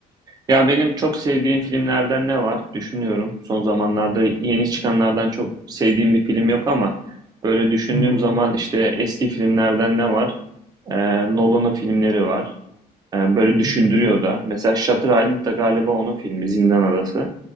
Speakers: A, on the right (about 25°); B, on the right (about 75°).
A: Ya benim çok sevdiğim filmlerden ne var? Düşünüyorum. Son zamanlarda yeni çıkanlardan çok sevdiğim bir film yok ama böyle düşündüğüm
B: Hmm,
A: zaman işte eski filmlerden ne var? Ee, Nolan'ın filmleri var. Ee, böyle düşündürüyor
B: Hı hı.
A: da. Mesela Shutter Island da galiba onun filmi Zindan Adası.